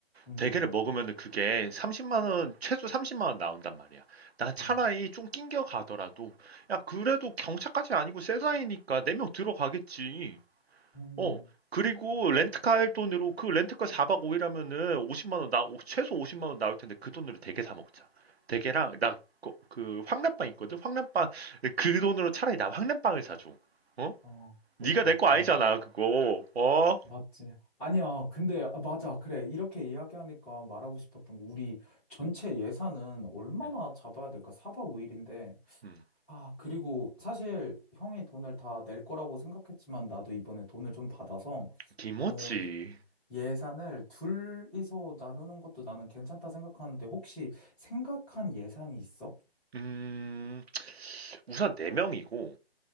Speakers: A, in the centre; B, on the right (about 80°).
A: 음,
B: 대게를 먹으면은 그게 30만 원, 최소 30만 원 나온단 말이야. 나 차라리
A: 음,
B: 좀 낑겨 가더라도, 야, 그래도 경차까지 아니고 세사이니까 네 명 들어가겠지.
A: 음.
B: 어, 그리고 렌트카 할 돈으로 그 렌트카 4박 5일 하면은 50만 원 나, 최소 50만 원 나올 텐데 그 돈으로 대게 사 먹자. 대게랑 나 그 그 황남빵 있거든. 황남빵 그 돈으로 차라리 나 황남빵을 사줘. 어?
A: 어, 그것도
B: 네가
A: 맞다.
B: 내 거 아니잖아 그거. 어?
A: 맞지. 아니야. 근데, 아, 맞아. 그래. 이렇게 이야기하니까 말하고 싶었던 게, 우리 전체 예산은 얼마나
B: 음,
A: 잡아야 될까? 4박 5일인데.
B: 음.
A: 아, 그리고 사실 형이 돈을 다 낼 거라고 생각했지만, 나도 이번에 돈을 좀 받아서,
B: 김치.
A: 어, 예- 예산을 둘이서 나누는 것도 나는 괜찮다 생각하는데, 혹시 생각한 예산이 있어?
B: 음, 우선 4명이고